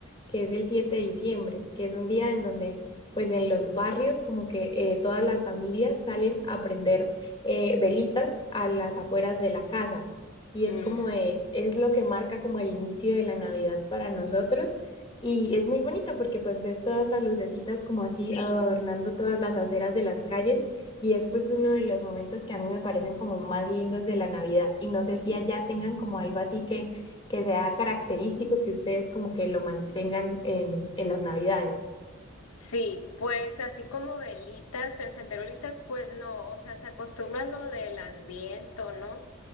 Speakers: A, on the left (about 20°); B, on the left (about 80°).
A: que es el 7 de diciembre, que es un día en donde pues en los barrios como que eh, todas las familias salen a prender eh, velitas a las afueras de la casa y
B: Mm,
A: es como de, es lo que marca como el inicio de la Navidad para nosotros y es muy bonito porque pues ves todas las lucecitas como así
B: sí.
A: adornando todas las aceras de las calles y es pues uno de los momentos que a mí me parecen como más lindos de la Navidad y no sé si allá tengan como algo así que, que sea característico que ustedes como que lo mantengan en, en las Navidades.
B: Sí, pues así como velitas, encender velitas, pues no, o sea, se acostumbra a lo del adviento, ¿no?